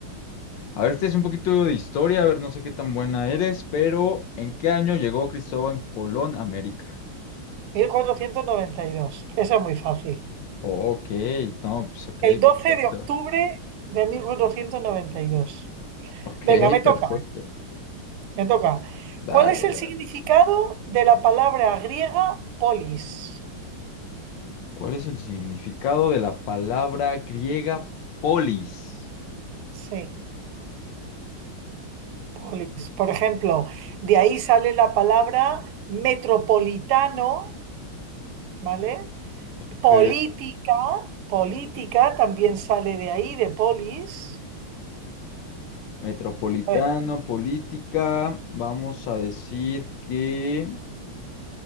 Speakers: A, on the left (about 70°); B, on the right (about 80°).
A: A ver, este es un poquito de historia, a ver, no sé qué tan buena eres, pero ¿en qué año llegó Cristóbal Colón a América?
B: mil cuatrocientos noventa y dos Eso es muy fácil.
A: Ok, no, pues ok,
B: El doce
A: perfecto.
B: de octubre de mil cuatrocientos noventa y dos
A: Ok,
B: Venga, me toca,
A: <laughs> perfecto.
B: me toca.
A: Dale,
B: ¿Cuál es el
A: dale.
B: significado de la palabra griega polis?
A: ¿Cuál es el significado de la palabra griega polis?
B: Sí, polis. Por ejemplo, de ahí sale la palabra metropolitano, ¿vale?
A: Ok.
B: Política, política también sale de ahí, de polis.
A: Metropolitano,
B: A ver.
A: política. Vamos a decir que...